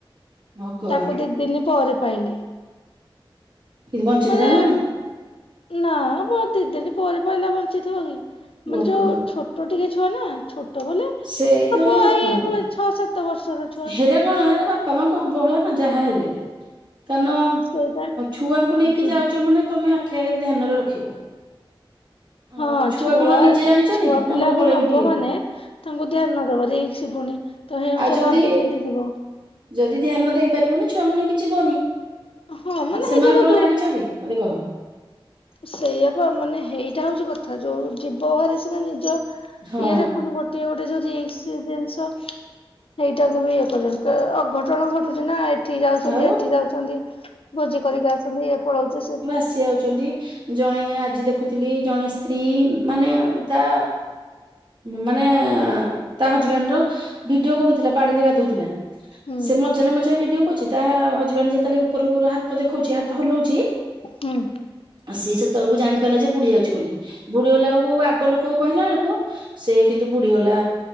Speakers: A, on the right; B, on the left.
A: ଭଗବାନ।
B: ତାକୁ ଦି ଦିନ ପରେ ପାଇଲେ।
A: କି ବଞ୍ଚିଥିଲା
B: ମାନେ
A: ନାାଇଁ?
B: ନା ମୋ ଦିଦିିନି ପରେ ପାଇଲା ବଞ୍ଚିତିବ କିି
A: ଭଗବାନ
B: ମାନ ଯୋଉ ଛୋ ଛୋଟ ଟିକେ ଛୁଆ ନା ଛୋଟ ବଲେ
A: ସେଇ
B: ହବ
A: ତ ହେଲା କଥା।
B: ଏଇ ଛଅ ସାତ ବର୍ଷର ଛୁଆ।
A: ହେରା କଣ ହେଲା ବାପା ମାଙ୍କୁ ହବ ଭଳିଆ ନା ଯାହା ହେଲେ ବି କାରଣ
B: ସେଇଟା
A: ଛୁଆଙ୍କୁ ନେଇକି
B: ଯି
A: ଯାଉଛ ମାନେ ତମେ ଆଖି ଆଗରେ ଧ୍ୟାନରେ ରଖିବ। ଆଉ
B: ହଁ ଛୁଆ
A: କଣ ନିଜେ ଜାଣିଛନ୍ତି
B: ଛୁଆ
A: ମନକୁ
B: ପିଲା
A: ପଳେଇବେନି
B: କ ନବ
A: କି ଆଉ।
B: ମାନେ। ତାଙ୍କୁ ଧ୍ୟାନ ନ ଦବ ଯସି ପୁଣି ତ ହେଇଉସ
A: ଆଉ ଯଦି
B: ଭାବି ଯେମିତି ଯିବ।
A: ଯଦି ଧ୍ୟାନ ଦେଇପାରିବନି ଛୁଆଙ୍କୁ ନେଇକି ଯିବନି।
B: ହଁ ମାନେ
A: ଆଉ ସେମାନେ
B: ହେଇ ଜାଗାରୁ
A: କଣ ଜାଣିଛନ୍ତି ମତେ କହ?
B: ସେଇଆ ପା ମାନେ ହେଇଟା ହଉଛି କଥା ଯୋଉ ଯିବ ଭାରି ସିନା ନିଜ
A: ହଁ
B: ଇଏରେ ପୁଣି ଗୋ ଟିଏ ଗୋଟେ ଯଦି ଏକ୍ସି ଜିନିଷ ସେଇଟାକୁ ବି ଇଏ କରିଦେବେ, କହିବେ ଅଘଟଣ ଘଟୁଛି ନା ଏ ଠି ଯାଉଛନ୍ତି
A: ଆଉ
B: ହେଠି ଯାଉଛନ୍ତି, ଭୋଜି କରିକି ଆସୁଛନ୍ତି ଇଏ ପଳଉଛି ସିଏ ପଳ
A: ସିଏ ଆଉଛନ୍ତି। ଜଣେ ଆଜି ଦେଖୁଥିଲି ଜଣେ ସ୍ତ୍ରୀ ମାନେ ତା ମାନେ ହଁ, ତା ହଜବ୍ୟାଣ୍ଡର ଭିଡିଓ କରୁଥିଲା ପାଣିରେ ଗାଧଉଥିଲା,
B: ହୁଁ
A: ସେ ମଜାନ ମଜେ ଭିଡିଓ ଦେଖଉଛି ତାହା ହଜବ୍ୟାଣ୍ଡ ଯେତଲେ ଉପରୁ ଉପରୁ ହାତ ଦେଖଉଛି ହାତ ହଲଉଛି
B: ହୁଁ
A: ଆ ସିଏ ସେତେବେଳକୁ ଜାଣି ପାଇଲା ଯେ ବୁଡ଼ି ଯାଉଛି ବୋଲି, ବୁଡ଼ିଗଲାକୁ ଆଗ ଲୋକକୁ କହିଲା ବେଳକୁ ସେ କିନ୍ତୁ ବୁଡ଼ି ଗଲା।